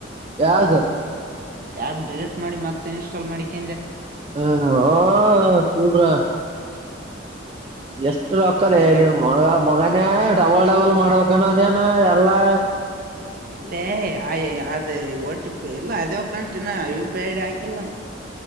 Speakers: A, on the right (about 30°); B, on the right (about 45°).
A: ಯಾದ
B: ಆಪ್ ಡಿಲೀಟ್ ಮಾಡಿ ಮತ್ತೆ ಇನ್ಸ್ಟಾಲ್ ಮಾಡಿಿಕ
A: ಹ ಹ ಸೂರಾ ಎಷ್ಟು ರೊಕ್ಕಲೆ
B: ತಲಿ ಕೆಟ್ಟ
A: ನೀ್ ಮ ಮಗನೇ ಡಬಲ್ ಡಬಲ್ ಮಾಡ್ಬೇಕನನೇನ ಎಲ್ಲಾ
B: ಇಲ್ಲೇ ಆಯ ಅದ ಓಟಿ ಇಲ್ಲ ಅದೇ ಒಕಂಟಿನ ಯೂಪೈಡ್ ಹಾಕಿಲ್ಲ